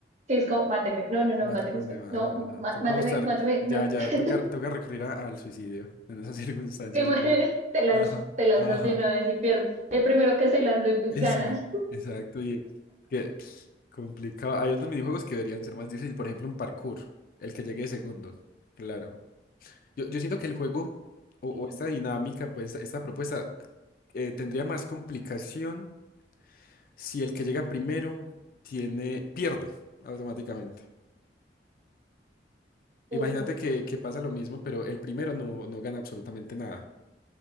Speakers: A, on the right (about 40°); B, on the left (about 50°).
A: que es como, máteme, no, no, no,
B: mata,
A: máteme,
B: mata,
A: usted,
B: ma-
A: no,
B: ah,
A: ma-
B: ah, toca
A: máteme,
B: buscar,
A: máteme,
B: ya,
A: no, no.
B: ya,
A: <laughs>
B: toca, toca recurrir a- al suicidio en esas <laughs> circunstancias
A: Y muere,
B: de nuevo.
A: Te lanzas,
B: Ajá,
A: te lanzas
B: ajá.
A: de una vez y pierdes. El primero que se lance gana.
B: Exacto, exacto, y que complicado. Hay otros minijuegos que deberían ser más difíciles, por ejemplo, un parkour, el que llegue de segundo, claro. Yo, yo siento que el juego o, o
A: <laughs>
B: esta dinámica, pues esta propuesta eh, tendría más complicación si el que llega primero tiene, pierde automáticamente.
A: Uy.
B: Imagínate que, que pasa lo mismo, pero el primero no, no gana absolutamente nada